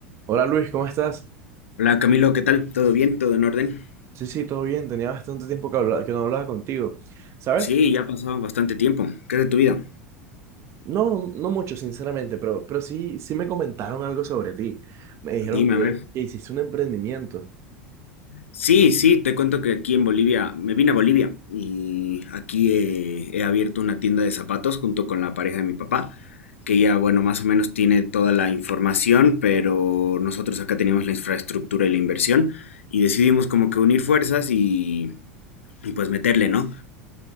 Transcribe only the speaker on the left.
Hola Camilo, ¿qué tal? ¿Todo bien? ¿Todo en orden?
Sí, ya ha pasado bastante tiempo. ¿Qué es de tu vida?
Dime,
a ver.
Sí, sí, te cuento que aquí en Bolivia, me vine a Bolivia y aquí he, he abierto una tienda de zapatos junto con la pareja de mi papá, que ya, bueno, más o menos tiene toda la información, pero nosotros acá teníamos la infraestructura y la inversión y decidimos como que unir fuerzas y, y pues meterle, ¿no?